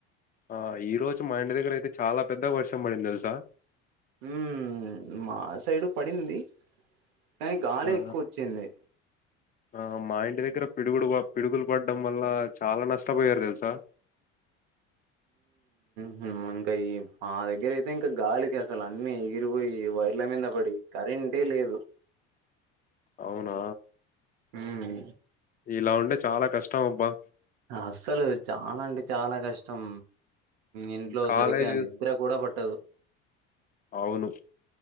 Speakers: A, on the left (about 30°); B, on the right (about 85°).
A: ఆ ఈ రోజు మా ఇంటి దగ్గర అయితే చాలా పెద్దగా వర్షం పడింది తెలుసా
B: ఉ మా సైడు పడింది కానీ గాలి
A: ఆ
B: ఎక్కువ వచ్చింది
A: ఆ మా ఇంటి దగ్గర పిడుగుడు పిడుగులు పడ్డం వల్ల చాలా నష్టపోయారు తెలుసా
B: హ ఇంకా ఈ మా దగ్గర అయితే ఇంకా గాలికసాల అన్నీ ఎగిరిపోయి వైర్ల మీద పడి కరెంటే లేదు
A: అవునా
B: ఉమ్
A: ఇలా ఉంటే చాలా కష్టం అబ్బా
B: అస్సలు చాల అంటే చాలా కష్టం ఇంట్లో
A: కాలేజ్
B: సరిగ్గా నిద్ర కూడా పట్టదు
A: అవును